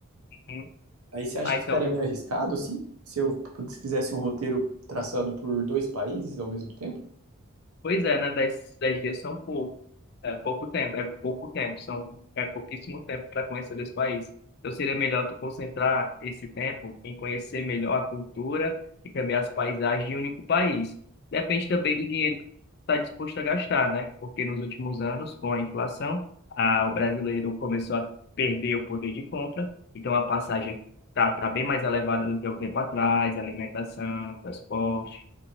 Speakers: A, on the left; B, on the right.
A: Hum.
B: Aí você acha
A: Ah,
B: que
A: então,
B: ficaria meio arriscado, assim, se eu se fizesse um roteiro traçado por dois países ao mesmo tempo?
A: Pois é, né? Dez, dez dias são pouco, é pouco tempo, é pouco tempo, são, é pouquíssimo tempo para conhecer desse país. Então seria melhor tu concentrar esse tempo em conhecer melhor a cultura e também as paisagens de um único país. Depende também do dinheiro que tu está disposto a gastar, né? Porque nos últimos anos, com a inflação, a, o brasileiro começou a perder o poder de compra, então a passagem tá, tá bem mais elevada do que há um tempo atrás, alimentação, transporte